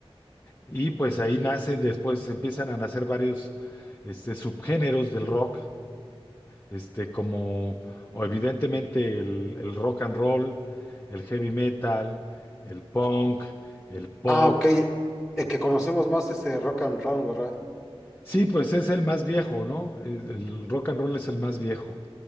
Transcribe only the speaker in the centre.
Ah, ok. El que conocemos más es eh, rock and roll, ¿verdad?